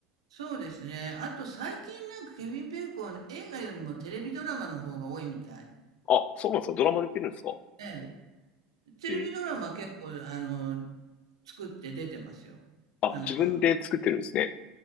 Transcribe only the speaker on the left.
あ、そうなんですか。ドラマ出てるんですか。
えー
あ、
自分で作ってるんですね。